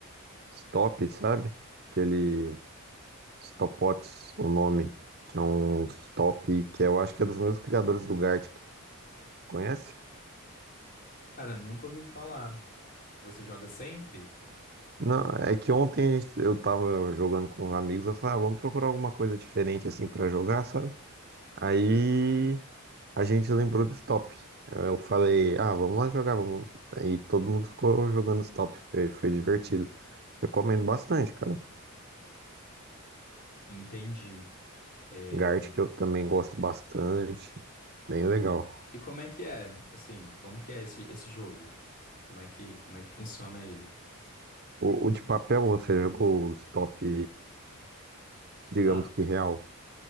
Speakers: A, on the right; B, on the left.
A: Stop, sabe? Aquele Stopots, o nome. Que é um Stop que eu acho que é dos mesmos criadores do Gartic. Conhece?
B: Cara, nunca ouvi falar. Você joga sempre?
A: Não, é que ontem a gente- eu tava jogando com os amigos. Eu falei, ah, vamos procurar alguma coisa diferente assim pra jogar, sabe? Aí A gente lembrou do stop. Eu falei, ah, vamos lá jogar, vamos. E todo mundo ficou jogando stop. Foi, foi divertido. Recomendo bastante, cara.
B: Entendi. É,
A: Gart, que eu também gosto bastante. Bem legal.
B: E como é que é? Assim, como que é esse, esse jogo? Como é que, como é que funciona ele?
A: O, o de papel, você jogou o stop, digamos
B: Ah,
A: que real?